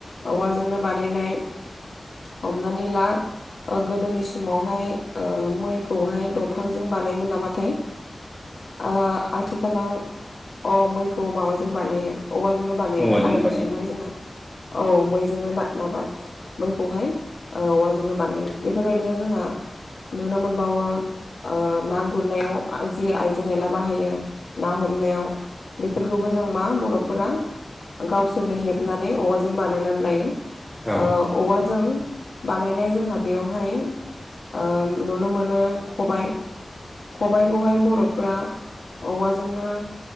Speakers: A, on the left; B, in the centre.
A: औवाजोंनो बानायनाय हमनानै ला गोदोनि समावहाय मैखौहाय दंफांजों बानायमोन नामाथाय? ओ आथिखालाव अ मैखौ माबाजों बानायो औबवाजोंनो बानायो
B: औवाजोंनो
A: हालु
B: बानायो
A: समावहाय जोंङो औ मैजोंनो मा माबा मैखौहाय औवाजोंनो बानायो बेफोरबायदिनो जोंहा नुनो मोनबावो ना गुरनायाव जि आइजें आयला बाहायो ना हमनायाव बेफोरखौबो जों मा बर'फोरा गावसोरनो हेबनानै औवाजों बानायनानै लायो ओ
B: औ
A: औवाजों बानायनाय जोंहा बेवहाय ओ नुनो मोनो खबायाइ खबायाइखौहाय बर'फोरा औवाजोंनो